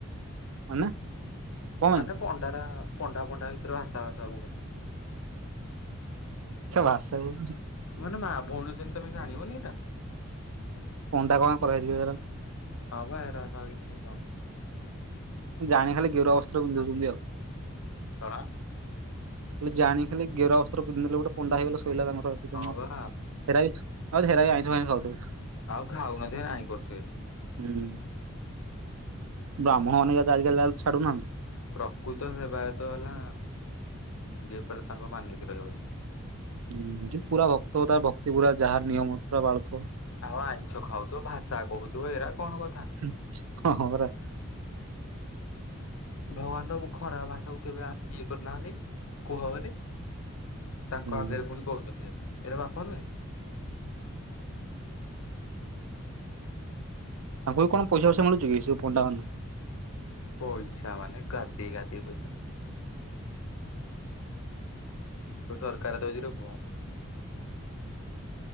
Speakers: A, on the right; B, on the left.
A: ମାନେ କଣ ପାଇଁ।
B: ମାନେ ପଣ୍ଡାରା ପଣ୍ଡା ପଣ୍ଡା ଭିତରେ ଭାଷା ଭା ସବୁ
A: ଭାଷା <unintelligible>
B: ମାନେ ମା ଭଉଣୀଅଛନ୍ତି ତମେ ଜାଣିବନି ଏଇଟା?
A: ପଣ୍ଡା କଣ କରାହେଇଛି କେଜାଣି
B: ହଁ ବା ହେରା କିଛି କାମ
A: ଜାଣି ଖାଲି ଗେରୁଆ ବସ୍ତ୍ର ପିନ୍ଧଉଛନ୍ତି ଆଉ।
B: କଣ
A: ଜାଣିକି ଖାଲି ଗେରୁଆ ବସ୍ତ୍ର ପିନ୍ଧି ଦେଲେ ଗଟେ ପଣ୍ଡା ହେଗଲା ଶଇଲା ତାଙ୍କର।
B: ହଁ ବା
A: ହେରା ବି ହଁ ହେଇରା ବି ଆମିଷ ଫାଇଷ ଖାଉଥିବେ।
B: ଆଉ ଖାଉନଥିବେ ନାଇଁ କରୁଥିବେ।
A: ହୁଁ। ବ୍ରାହ୍ମଣ ହେରୀକା ଆଜିକାଲି ଛଡୁନାହାନ୍ତି।
B: ପ୍ରକୃତ ସେବାୟତ ହେଲା ଯିଏ ପରା ତାଙ୍କ ମାନିକି ରହିବ।
A: ହୁଁ ପୁରା ଭକ୍ତ ତାର ଭକ୍ତି ପୁରା ଯାହା ନିୟମ ପୁରା ପାଳୁଥିବ।
B: ଆଉ ଆଇଁଷ ଖାଉଥିବ ଭାଷା କହୁଥିବ ଏରା କଣ କଥା।
A: ହୁଁ ହଁ ପରା।
B: ଭଗବାନ ତମକୁ ଖରାପ ଭାଷା କୁ କେବେ ଇଏ କରିନାହାନ୍ତି କୁହ ବୋଲି। ତାଙ୍କ
A: ହୁଁ
B: ଆଗରେ ପୁଣି କହୁଛନ୍ତି ଏରା ଏରା ପାପା ନୁହେଁ?
A: ତାଙ୍କୁ ବି କଣ ପଇସାଫଇସା ମିଳୁ ଛି କି ପଣ୍ଡା ମାନଙ୍କୁ?
B: ପଇସା ମାନେ ଗାଦିଏ ଗାଦିଏ ପଇସା। ସବୁ ସରକାର ଦଉଛି ରେ ପୁଅ।